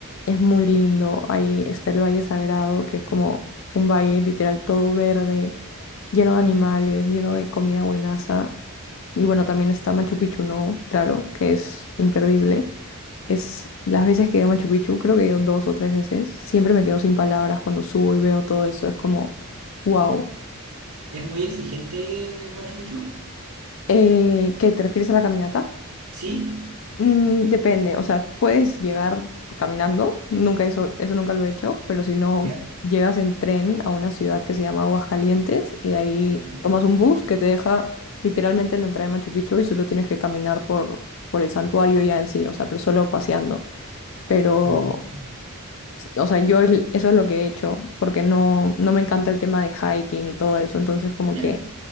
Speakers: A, on the left; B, on the right.
A: es muy lindo. Ahí está el Valle Sagrado, que es como un valle literal todo verde, lleno de animales, lleno de comida buenaza. Y bueno, también está Machu Picchu, ¿no? Claro, que es imperdible. Es las veces que he ido a Machu Picchu, creo que he ido dos o tres veces, siempre me quedo sin palabras cuando subo y veo todo eso, es como, wow.
B: ¿Es muy exigente Machu Picchu?
A: Eh, ¿qué te refieres a la caminata?
B: ¿Sí?
A: Mm, depende, o sea, puedes llegar caminando, nunca eso, eso nunca lo he hecho, pero si no,
B: Ya,
A: llegas en tren a una ciudad que se llama Aguascalientes y de ahí
B: ya,
A: tomas un bus que te deja literalmente en la entrada de Machu Picchu y solo tienes que caminar por, por el santuario ya en sí, o sea, pero solo paseando. Pero
B: Ah,
A: o sea, yo el- eso es lo que he hecho, porque no, no me encanta el tema de hiking y todo eso, entonces como
B: ya.
A: que,